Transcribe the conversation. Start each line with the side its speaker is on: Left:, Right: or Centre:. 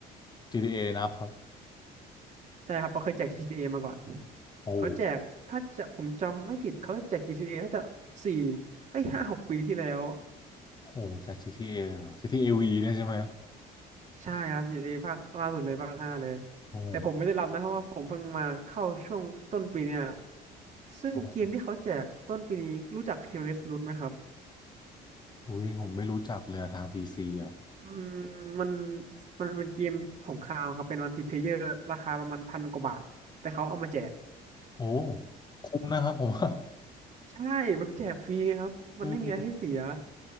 Left: GTA นะครับ
Right: ใช่ครับเขาเคยแจก GTA มาก่อน
Left: โอ้
Right: เขาแจกถ้าจะผมจำไม่ผิดเขาแจก GTA น่าจะสี่เฮ้ยห้าหกปีที่แล้ว
Left: โหแจก GTA เอเลยเหรอ GTA V เนี่ยใช่ไหม
Right: ใช่ครับซีรีส์ภาคล่าสุดเลยภาคห้าเลย
Left: โอ้โ
Right: แต่ผมไม่ได้รับนะเพราะว่าผมเพิ่งมาเข้าช่วงต้นปีเนี่ยซึ่งเกมที่เขาแจกต้นปีนี้รู้จัก
Left: ห
Right: Hell's Root ไหมครับ
Left: อุ้ยผมไม่รู้จักเลยอะทางพีซีอ่ะ
Right: อืมมันมันเป็นเกมสงครามครับเป็นมัลติเพลเยอร์ราคาประมาณพันกว่าบาทแต่เขาเอามาแจก
Left: โอ้คุ้มนะครับผมว่า
Right: ใช่ มันแจกฟรีไงครับมันไม่มีอะไรให้เสีย
Left: อืม